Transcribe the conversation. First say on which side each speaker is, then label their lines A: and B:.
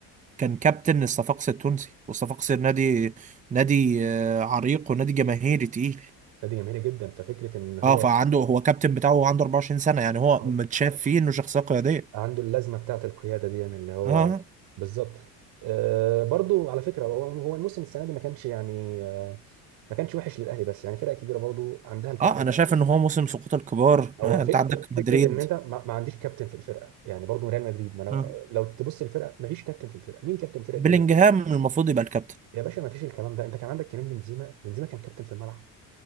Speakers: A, on the right; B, on the right.
A: كان كابتن الصفاقسي التونسي والصفاقسي نادي نادي آه، عريق ونادي جماهيري تقيل
B: فدي جماهيري جدا ففكره ان هو
A: اه فعنده هو كابتن بتاعه وعنده 24 سنة يعني هو
B: هو
A: متشاف فيه انه شخصية قيادية
B: عنده اللازمه بتاعه القياده دي يعني اللي هو
A: اه
B: بالظبط آه برضو على فكره هو هو الموسم السنه دي ما كانش يعني آه ما كانش وحش للاهلي بس يعني فرقه كبيره برضو عندها الفكره
A: اه انا شايف ان هو موسم سقوط الكبار
B: هو
A: آه
B: فك
A: انت عندك
B: فك-
A: مدريد
B: فكره ان انت ما, ما عنديش كابتن في الفرقه يعني برضو ريال مدريد ما انا
A: آه.
B: لو تبص الفرقه ما فيش كابتن في الفرقه مين كابتن فرقه
A: بلينجهام
B: ريال مدريد
A: المفروض يبقى الكابتن
B: يا باشا ما فيش الكلام ده انت كان عندك كريم بنزيما بنزيما كان كابتن في الملعب